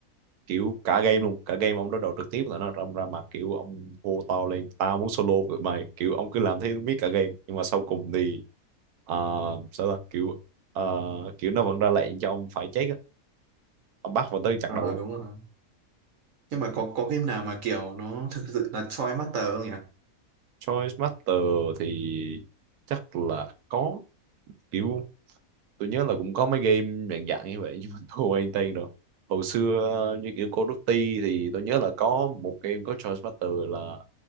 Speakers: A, on the right (about 85°); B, on the right (about 65°).
A: kiểu cả game luôn cả game ông đối đầu trực tiếp với tụi nó ông ra mặt kiểu ông hô to lên tao muốn solo với tụi mày kiểu ông cứ làm thế miết cả game nhưng mà sau cùng thì ờ, sao ta kiểu ờ, kiểu nó vẫn ra lệnh cho ông phải chết á ông bắt vào tới chặt
B: ờ
A: đầu ông
B: đúng rồi nhưng mà có có game nào mà kiểu nó thực sự là choi master không nhỉ
A: Choice Master thì chắc là có kiểu tôi nhớ là cũng có mấy game dạng dạng như vậy nhưng mà <laughs> tôi quên tên rồi hồi xưa ờ, như kiểu Call of Duty thì tôi nhớ là có một game có choice battle là